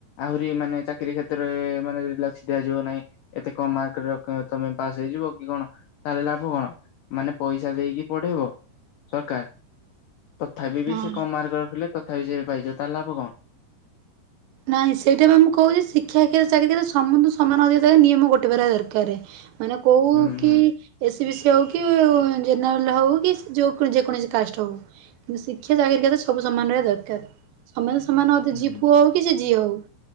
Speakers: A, on the left; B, on the right.
A: ଆହୁରି ମାନେ ଚାକିରୀ କ୍ଷେତ୍ରରେ ମାନେ ଦିଆ ଯିବ ନାହିଁ ଏତେ କମ ମାର୍କରେ ରଖି ତମେ ପାସ୍ ହେଇଯିବ କି କଣ ତାହେଲେ ଲାଭ କଣ? ମାନେ ପଇସା ଦେଇକି ପଢେଇବ ସରକାର ତଥାବି ବି
B: ହଁ।
A: ସିଏ କମ ମାର୍କ ରଖିଲେ ତଥାପି ସେ ପାଇଯିବେ ତାହେଲେ ଲାଭ କଣ?
B: ନାଇଁ ସେଇଟା ବା ମୁଁ କହୁଛି ଶିକ୍ଷା <unintelligible> ଚାକିରି କ୍ଷେତ୍ରରେ ସମସ୍ତଙ୍କୁ ସମାନ ଅଧିକାର ଦିଆଯିବ ନିୟମ ଗୋଟେ <unintelligible> ରେ ମାନେ କୋଉ
A: ହୁଁ
B: କି
A: ହୁଁ
B: ଏସ ଏସି ବି ସି ହଉ କି <unintelligible> ଜେନେରାଲ୍ ହଉ କି ଯୋଉ ଯେକୌଣସି କାଷ୍ଟ ହଉ। କିନ୍ତୁ ଶିକ୍ଷା ଚାକିରି କ୍ଷେତ୍ରରେ ସବୁ ସମାନ ରହିବା ଦରକାର ସମାସ ସମାନ ଅଧିକାର
A: ହୁଁ
B: ସେ ଯିଏ ପୁଅ ହଉ କି ସେ ଝିଅ ହଉ